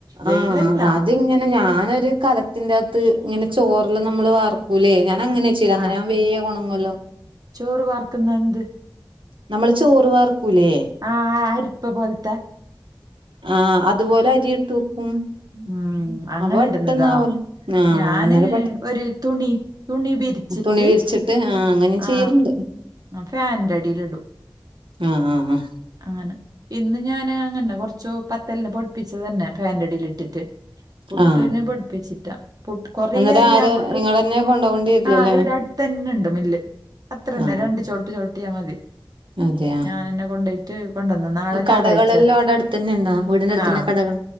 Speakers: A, on the right; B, on the right.
A: വെയിലല്ല
B: ആഹ് അതിങ്ങനെ ഞാനൊരു കലത്തിന്റെ അകത്ത് ഇങ്ങനെ ചോറെല്ലാം നമ്മള് വർ കുലേ ഞാന അങ്ങനെ വെച്ച അങ്ങനെ
A: ആ
B: അവൻ വേഗ കൊണങ്ങല്ലോ
A: ചോറ് വർക്ക്ന്ന എന്ത്
B: നമ്മൾ ചോർ വാർക്കൂല്ലേ
A: ആഹ ആരിപ്പ പോലത്തെ
B: ആഹ് അതുപോലെ അരി ഇട്ട് ഉം
A: ഉം അങ്ങനെ
B: അപ്പൊ പെട്ടെന്ന
A: ഇടുന്നതാ
B: ആവല്ലെ ആഹ്
A: ഞാന്
B: അന്നല്ല പെട്ടെന്ന്
A: ഒരു തുണി തുണി വിരിച്ചിട്ട്
B: തുണി വിരിച്ചിട്ട് ആ അങ്ങനെ
A: ആ
B: ചെയ്യലണ്ട്
A: ഫാന്റെ അടിൽ ഇടും
B: ആഹ്
A: അങ്ങനെ ഇന്ന് ഞാൻ അങ്ങനെ കൊറച്ചു പത്തല്ലന് പൊടിിപ്പിച്ച തന്നെ ഫാൻറടിൽ ഇട്ടിട്ട് പുട്ടിന്
B: ആ
A: പൊടിപ്പിച്ചിട്ടാ പു് കൊറ
B: അന്നേരം
A: അരിയാുമ്പക്ക്
B: ആര് നിങ്ങളന്നെ കൊണ്ടോകേണ്ടി വരില്ലല്ലേ
A: ആഹ് ഇവിടെ അടുത്ത തന്നെ ഉണ്ട് മില്ല് അത്ര തന്നെ
B: ആ
A: രണ്ട് ചുവട്ട് ചോവിട്ട് ചെയാൻ മതി
B: അതെയ
A: ഞാാനെന്നെ കൊണ്ട പോയിട്ട് കൊണ്ടുവന്ന നാളെ
B: കടകളെല്ലാം
A: ഞായറാഴ്ച
B: അവിടെ അടുത്ത് തന്നെ ഉണ്ടോ വീടിന്റെ അടുത്ത്
A: ആഹ
B: തന്നെ കടകൾ